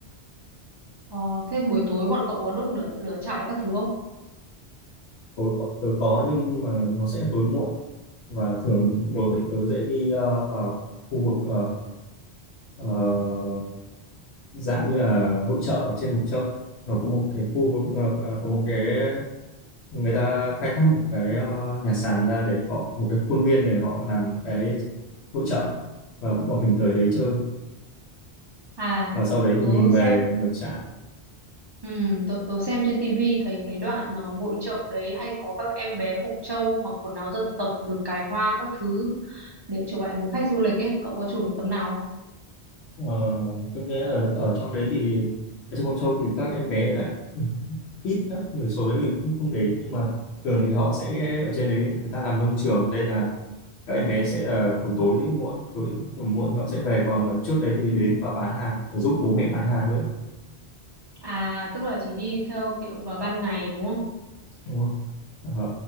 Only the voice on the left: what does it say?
tối tớ có nhưng mà nó sẽ tối muộn và thường tối muộn tớ dễ đi ờ, vào khu vực ờ, ờ, dạng như là hội chợ ở trên Mộc Châu nó có một cái khu vực ờ, ờ, có một cái người ta khai thác một cái ờ, nhà sàn ra để họ một cái khuôn viên để họ làm cái hội chợ và bọn mình tới đấy chơi
và sau đấy
thì mình về
lửa trại
Ờ, tôi nghĩ ở ở trong đấy thì ở trên Mộc Châu thì các em bé lại ít lắm người số đấy mình cũng không để ý nhưng mà thường thì họ sẽ ở trên đấy người ta làm nông trường nên là các em bé sẽ ở buổi tối muộn tối tầm muộn thì họ sẽ về còn ở trước đấy thì đến và bán hàng để giúp bố mẹ bán hàng thôi ấy.
Đúng không? Ờ,